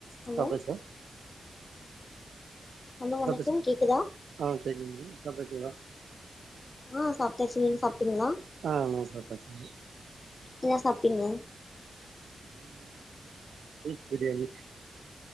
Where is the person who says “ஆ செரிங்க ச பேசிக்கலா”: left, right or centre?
Right